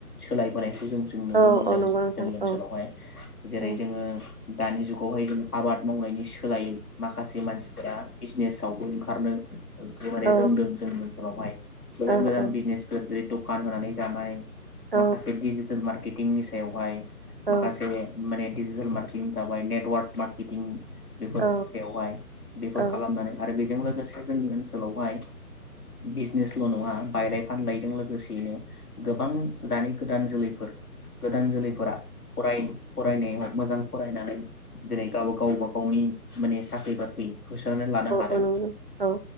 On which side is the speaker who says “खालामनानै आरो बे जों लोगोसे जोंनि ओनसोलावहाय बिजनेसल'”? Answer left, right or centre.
Left